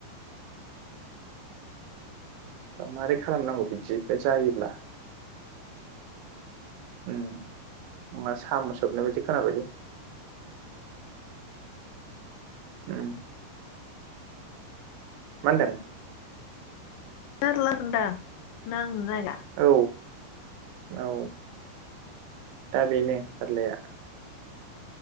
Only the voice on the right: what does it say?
माबारै खालामनांगौ बिदि बे जायोब्ला। ओम नङा सामु सोबनाय बायदि खोनाबायलै। ओम मा होनदों?
औ औ दा बेनो जारलाया।